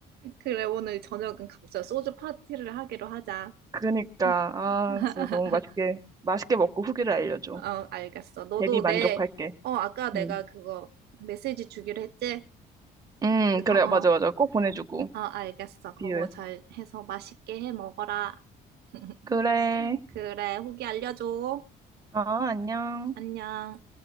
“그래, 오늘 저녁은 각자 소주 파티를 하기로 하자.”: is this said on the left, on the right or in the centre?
Right